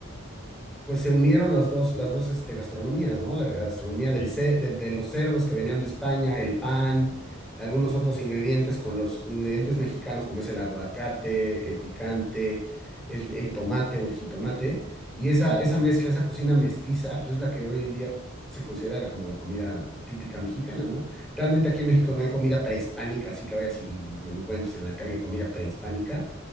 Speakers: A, in the centre; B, on the left.
A: pues se unieron las dos, las dos este, gastronomías, ¿no? La gastronomía del,
B: Sí,
A: ce- del- de los cerdos que venían de España, el pan, algunos otros ingredientes con los ingredientes mexicanos, como es el aguacate, el picante, el, el tomate o el jitomate. Y esa,
B: ujú,
A: esa mezcla, esa cocina mestiza, pues es la que hoy en día se considera la- como la comida típica mexicana, ¿no? Realmente aquí en México
B: Claro,
A: no hay comida prehispánica, así que vayas y encuentres en la calle comida prehispánica